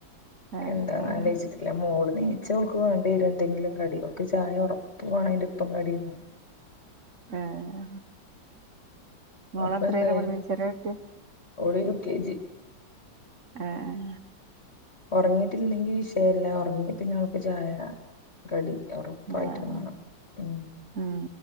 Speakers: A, on the right; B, on the left.
A: ആഹ്
B: എന്താന്നാലോയ്ച്ചിട്ടില്ലാ മോള് നീച്ചാ ഓൾക്ക് വാണ്ടിയെരും എന്തെങ്കിലും കടി ഓൾക്ക് ചായ ഒറപ്പ് വാണം അയിന്റെപ്പം കടിം വാണം
A: ആഹ് മോളെത്രയിലാ
B: അപ്പന്തായി
A: പഠിക്കണെ ചെറിയ കുട്ടിയാ
B: ഓള് യു കെ ജി
A: ആഹ്‌
B: ഒറങ്ങിട്ടില്ലെങ്കി വിഷയല്ല ഒറങ്ങി പിന്നെ ഓൾക്ക് ചായ കടി ഉറപ്പായിട്ടും
A: ആഹ് ആഹ്
B: വേണം ഉം
A: ഉം